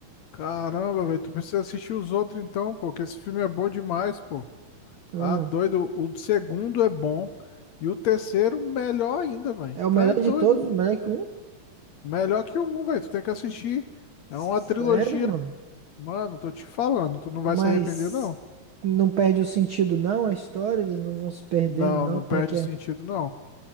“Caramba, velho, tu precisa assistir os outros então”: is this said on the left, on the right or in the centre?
Left